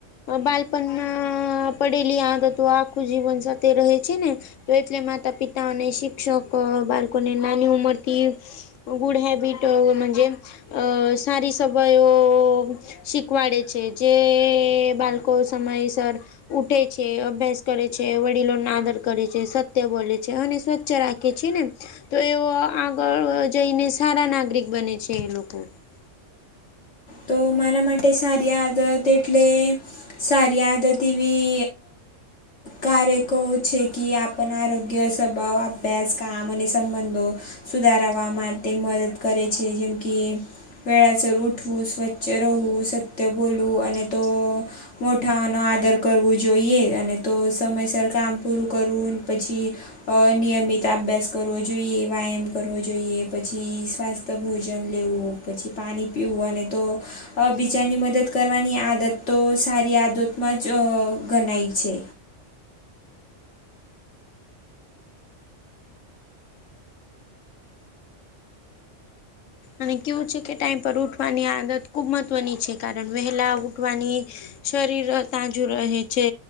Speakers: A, on the left; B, on the left.
A: બાળપણમાં પડેલી આદતો આખું જીવન સાથે રહે છેને. તો એટલે માતા પિતા અને શિક્ષક બાળકોને નાની ઉંમરથી. ગુડ હેબિટજ અ સારી સવાઈ શીખવાડે છે જે બાળકો સમયસર ઉઠે છે અભ્યાસ કરે છે વડીલો નાદર કરે છે સત્ય બોલે છે, અને સ્ ્ રાખે છે ને તો એ આગળ જઈને સારા નાગરિક બને છે, એ લોકો. <inaudible>
B: તો મારા માટે સારી આદત એટલે સારી આદતીવી કાર્યકોું છે કે આપણ આરોગ્ય સ્વભાવ અભ્યાસ કામ અને સંબંધો સુધારાવા માટે મદદ કરે છે જેમ કે વ અસર ઉઠવું સ્વચ્છ રહેવું સત્ય બોલવું અને તો મોઠાઓનોો આદર કરવો જોઈએ અને તો સમયસર કામ પૂરું કરવું પછી. અ નિયમિત અભ્યાસ કરવો જોઈએ વ્યાયામ કરવો જોઈએ પછી સ્સ્થ તો ભોજન લેવું પછી પાણી પીવું અને તો અ બીજાની મદદ કરવાની આદત તો સારી આદતમાં જ ગનાય છે.
A: અને કેવું છે કે ટાઈમ પર ઉઠવાની આદત ખૂબ મહત્ત્વની છે કારણ વહેલા ઊઠવાની શરીર તાજું રહે છે,